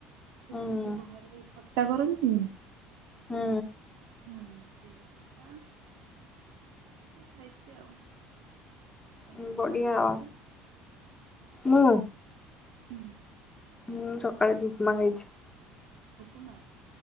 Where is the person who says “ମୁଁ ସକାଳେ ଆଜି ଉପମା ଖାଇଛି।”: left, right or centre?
Left